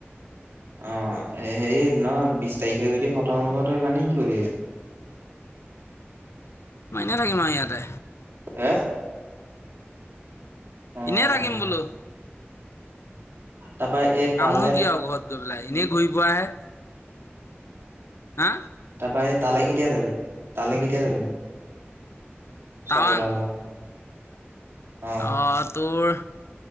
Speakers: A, on the right; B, on the left.
A: অ হেৰি নহয বিশ তাৰিখে যদি খতম হ'ব তই মানে কি কৰি
B: মই এনেই থাকিম আও ইয়াতে।
A: হে? অ'।
B: এনেই থাকিম বোলো।
A: <inaudible> তালে
B: কামনো কিয় আও ঘৰত গৈ পেলাই এনেই ঘূৰি পোৱাহে। হা।
A: তাৰপৰা এ তালে কেতিয়া যাবি? তালে কেতিয়া যাবি? শংকুদাৰ
B: টাৱাং
A: লগত অ',
B: অঁ, তোৰ